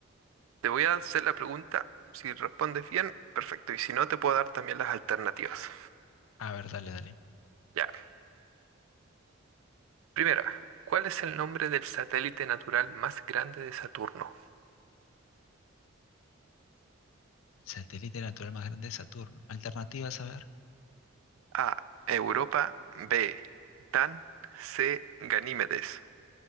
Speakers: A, on the right (about 75°); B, on the left (about 70°).
A: te voy a hacer la pregunta. Si respondes bien, perfecto. Y si no, te puedo dar también las alternativas.
B: A ver, dale, dale.
A: Ya. Primera, ¿cuál es el nombre del satélite natural más grande de Saturno?
B: El satélite natural más grande es Saturno. Alternativas, a ver.
A: A. Europa. B. Titán. C. Ganímedes.